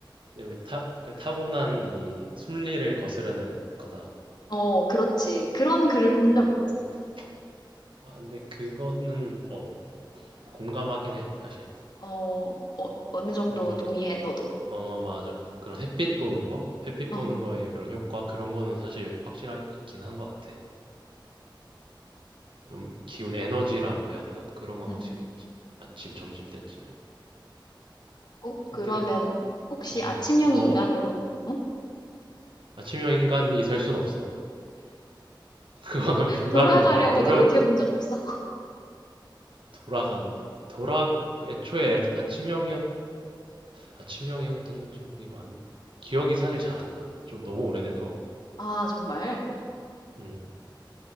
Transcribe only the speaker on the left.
어 그렇지 그런 글을 본
적 있지
어, 어 어느 정도
동의해 너도
어
응.
어, 그러면
혹시
아침형
인간으로 응?
돌아가려고
노력해 본 적 없어?
아 정말